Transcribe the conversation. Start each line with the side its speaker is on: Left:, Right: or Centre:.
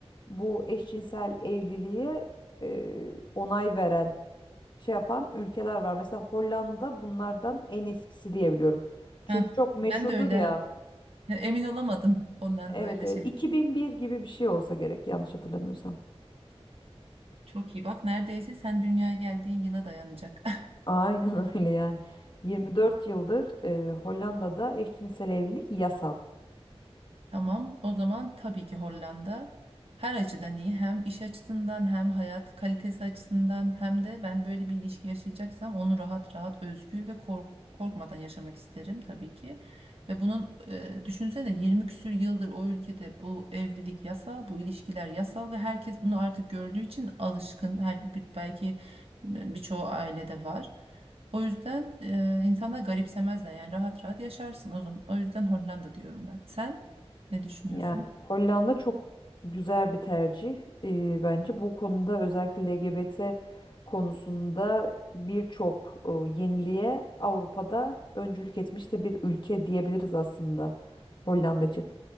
Left: bu eşcinsel evliliğe e, onay veren şey yapan ülkeler var. Mesela Hollanda bunlardan en eskisi diyebiliyorum. Çünkü
Right: Heh,
Left: çok meşhurdur
Right: ben de öyle
Left: ya.
Right: E, emin olamadım <laughs> Hollanda
Left: Evet
Right: ile
Left: evet
Right: şey.
Left: 2001 gibi bir şey olsa gerek yanlış hatırlamıyorsam.
Right: Çok iyi bak neredeyse sen dünyaya geldiğin yıla dayanacak. <laughs>
Left: Aynen <laughs> öyle yani. 24 yıldır e, Hollanda'da eşcinsel evlilik yasal.
Right: Tamam, o zaman tabii ki Hollanda her açıdan iyi. Hem iş açısından hem hayat kalitesi açısından hem de ben böyle bir ilişki yaşayacaksam onu rahat rahat özgür ve kork korkmadan yaşamak isterim tabii ki. Ve bunun e, düşünsene 20 küsür yıldır o ülkede bu evlilik yasal, bu ilişkiler yasal ve herkes bunu artık gördüğü için alışkın. Her bir- belki e, birçoğu ailede var. O yüzden e, insanlar garipsemezler yani rahat rahat yaşarsın o zaman. O yüzden Hollanda diyorum ben. Sen? Ne düşünüyorsun?
Left: Yani Hollanda çok güzel bir tercih e, bence. Bu konuda özellikle LGBT konusunda birçok e, yeniliğe Avrupa'da öncülük etmiş de bir ülke diyebiliriz aslında Hollanda için.